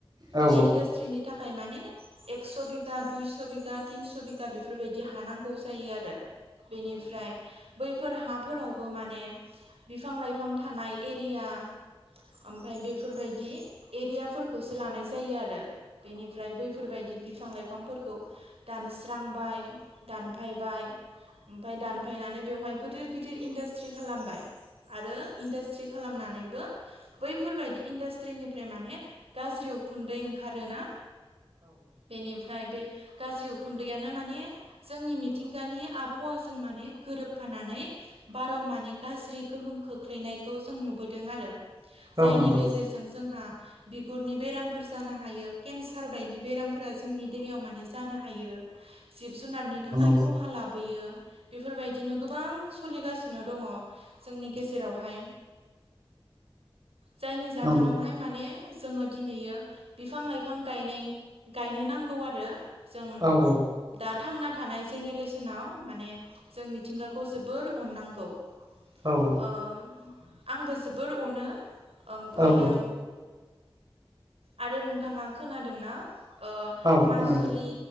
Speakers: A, on the right; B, on the right.
A: औ नंगौ औ नंगौ औ
B: बे इन्डास्ट्रिनि थाखाय थाखाय माने एकस' बिगा दुइस' बिगा तिनस' बिगा बेफोरबायदि हानांगौ जायो आरो। बेनिफ्राय बै फोर हाफोरावबो माने बिफां लाइफां थानाय एरिया ओमफ्राय बेफोरबायदि एरियाफोरखौसो लानाय जायो आरो। बेनिफ्राय बैफोरबायदि बिफां लाइफांफोरखौ दानस्रांबाय दानफायबाय ओमफाय दानफायनानै बेवहाय गिदिर गिदिर इन्डास्ट्रि खालामबाय आरो इन्डास्ट्रि खालामनानैबो बैफोरबायदि इन्डास्ट त्रिनिफ्राय माने गाज्रि उखुन्दै ओंखारोना बेनिफ्राय बे गाज्रि उखुन्दैयानो माने जोंनि मिथिंगानि आबहावाजों माने गोरोबफानानै बाराव माने गाज्रि गोहोम खोख्लैनायखौ जों नु बोदों आरो जायनि
A: औ नंगौ
B: गेजेरजों जोंहा बिगुरनि बेरामफोर जानो हायो केन्सार बायदि बेरामफोरा जोंनि देहायाव माने जानो हायो। जिब जुनारनि थाखाय
A: औ
B: खहा लाबोयो बेफोरबायदिनो गोबां सोलिगासिनो दङ जोंनि गेजेरावहाय जायनि जाहोनावहाय
A: नंगौ
B: माने जोङो दिनैयो बिफां लाइफां गायनाय गायनो नांगौ आरो। जों
A: औ
B: दा थांना थानाय जेनेरेसनाव माने जों मिथिंगाखौ जोबोर अननांगौ ओ
A: औ औ
B: आंबो जोबोर अनो। ओमफ्रायो
A: औ
B: आरो नोंथाङा खोनादोंना? ओ
A: औ
B: माजुलि
A: खोनादों